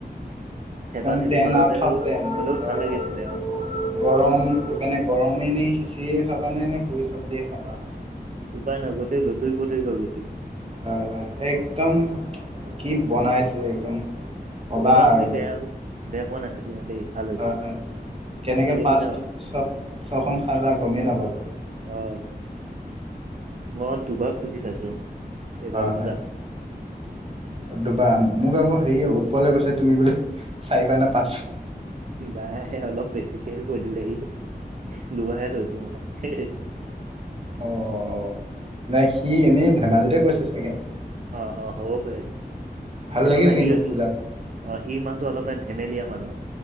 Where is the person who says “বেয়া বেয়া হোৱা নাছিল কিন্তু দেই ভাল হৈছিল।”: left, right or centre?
Right